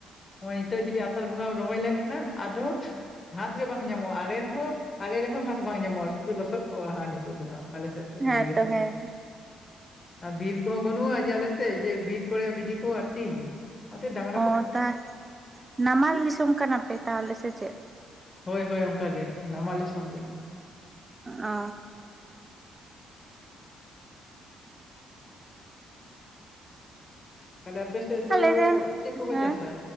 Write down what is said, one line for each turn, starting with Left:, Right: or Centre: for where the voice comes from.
Left: ᱱᱚᱜᱼᱚᱭ ᱱᱤᱛᱚᱜ ᱡᱩᱫᱤ ᱟᱥᱟᱲ ᱵᱚᱸᱜᱟᱢ ᱨᱚᱦᱚᱸᱭ ᱞᱮᱱ ᱠᱷᱟᱱ ᱟᱫᱚ ᱜᱷᱟᱥ ᱜᱮ ᱵᱟᱝ ᱧᱟᱢᱚᱜᱼᱟ ᱟᱞᱮ ᱦᱚᱸ ᱟᱞᱮ ᱨᱮᱦᱚᱸ ᱜᱷᱟᱥ ᱵᱟᱝ ᱧᱟᱢᱚᱜᱼᱟ ᱥᱩᱫᱷᱩ ᱞᱚᱥᱚᱫ ᱠᱚ ᱦᱟᱸᱜ ᱱᱤᱛᱳᱜ ᱫᱚ ᱦᱟᱸᱜ ᱟᱞᱮ ᱥᱮᱫ ᱫᱚ
Right: ᱦᱮᱸ
Left: ᱞᱟᱹᱭ ᱜᱟᱱᱚᱜ-ᱟ
Right: ᱛᱚ ᱦᱮᱸ
Left: ᱟᱨ ᱵᱤᱨ ᱠᱚᱦᱚᱸ ᱵᱟᱹᱱᱩᱜᱼᱟ ᱡᱮ ᱟᱞᱮᱥᱮᱫ ᱡᱮ ᱵᱤᱨ ᱠᱚᱨᱮᱢ ᱤᱫᱤ ᱠᱚᱣᱟ ᱟᱹᱛᱤᱧ ᱚᱱᱟᱛᱮ ᱚᱱᱟᱛᱮ ᱰᱟ
Right: ᱚ ᱛᱟ ᱱᱟᱢᱟᱞ ᱫᱤᱥᱚᱢ ᱠᱟᱱᱟ ᱯᱮ ᱛᱟᱦᱚᱞᱮ ᱥᱮ ᱪᱮᱫ?
Left: ᱦᱳᱭ ᱦᱳᱭ ᱚᱱᱠᱟ ᱜᱮ ᱱᱟᱢᱟᱞ ᱫᱤᱥᱚᱢ ᱜᱮ ᱾
Right: ᱚ ᱾
Left: ᱛᱟᱦᱚᱞᱮ ᱟᱯᱮ ᱥᱮᱫ ᱫᱚ
Right: ᱟᱞᱮ ᱨᱮᱱ
Left: ᱪᱮᱫ ᱠᱚᱠᱚ
Right: ᱦᱮᱸ
Left: ᱪᱟᱥᱟ